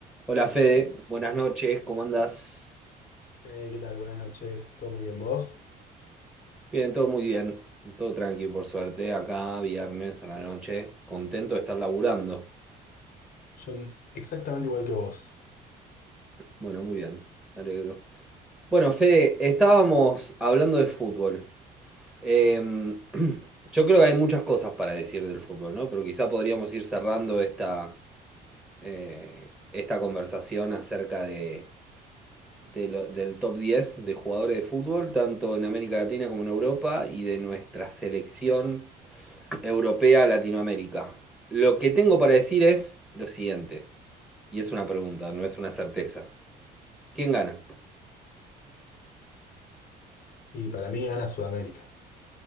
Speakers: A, in the centre; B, on the left.
A: Hola Fede, buenas noches, ¿cómo andás?
B: Fede, ¿qué tal? Buenas noches. ¿Todo muy bien vos?
A: Bien, todo muy bien, todo tranquilo por suerte, acá viernes a la noche, contento de estar laburando.
B: Yo n- exactamente igual que vos.
A: Bueno, muy bien, me alegro. Bueno, Fede, estábamos hablando de fútbol. Em, <clears throat> yo creo que hay muchas cosas para decir del fútbol, ¿no? Pero quizá podríamos ir cerrando esta, eh, esta conversación acerca de, de lo- del top 10 de jugadores de fútbol, tanto en América Latina como en Europa, y de nuestra selección europea, Latinoamérica. Lo que tengo para decir es lo siguiente, y es una pregunta, no es una certeza. ¿Quién gana?
B: Y para mí gana Sudamérica.